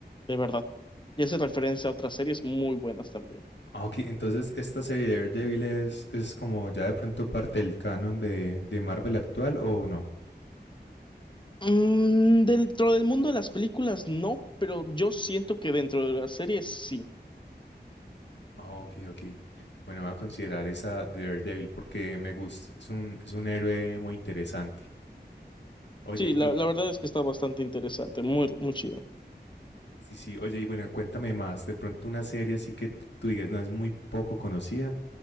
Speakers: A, on the left (about 25°); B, on the left (about 85°).
A: de verdad. Y hace referencia a otras series muy buenas también.
B: Ah, Ok, entonces esta serie de Daredevil es, es como ya de pronto parte del canon de, de Marvel actual o no.
A: Mm, dentro del mundo de las películas no, pero yo siento que dentro de las series sí.
B: Ah, ok, ok. Bueno, voy a considerar esa Daredevil porque me gusta. Es un, es un héroe muy interesante. Oye,
A: Sí, la,
B: y
A: la verdad es que está bastante interesante, muy, muy chido.
B: sí, sí, oye, y bueno, cuéntame más. De pronto una serie así que t- tú digas no es muy poco conocida,